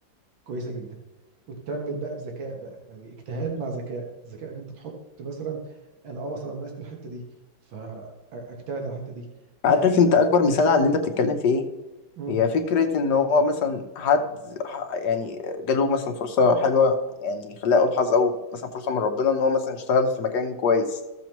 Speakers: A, on the right; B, on the left.
A: كويسه جدا وتكمل بقى بذكاء بقى يعني اجتهاد مع ذكاء الذكاء اللي انت تحط مثلا انا اه مثلا ناقصني الحته دي فاجتهد على الحته دي لا
B: عارف انت اكبر مثال على اللي انت بتتكلم في ايه
A: امم
B: هي فكرة ان هو مثلا حد ح- يعني جاله مثلا فرصة حلوة يعني خلينا اقول حظ او مثلا فرصة من ربنا ان هو مثلا يشتغل في مكان كويس